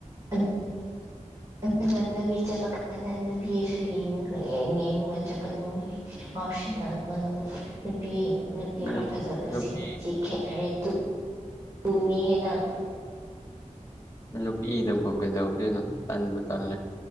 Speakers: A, on the right; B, on the left.
A: <unintelligible> ꯑꯗꯨꯒ ꯂꯝꯕꯤ ꯆꯠꯄ ꯀꯥꯟꯗ ꯅꯨꯄꯤꯁꯨ ꯌꯦꯡꯉꯒ ꯌꯦꯡ ꯌꯦꯡꯉꯒ ꯆꯠꯀꯅꯨꯍꯦ꯫ ꯉꯥꯎꯁꯤꯟꯅꯒꯅꯣ ꯅꯨꯄꯤ ꯅꯨꯄꯤ ꯈꯔꯥ
B: ꯅꯨ
A: ꯐꯖꯕꯁꯤꯡ
B: ꯅꯨꯄꯤ
A: ꯃꯤꯆꯤ ꯈꯦꯠꯅꯔꯦ ꯇꯨ ꯇꯨꯅꯤꯍꯦ ꯅꯪ꯫
B: ꯅꯨꯄꯤꯅꯕꯨ ꯀꯩꯗꯧꯗꯣꯏꯅꯣ ꯇꯟꯕꯨ ꯇꯜꯂꯦ꯫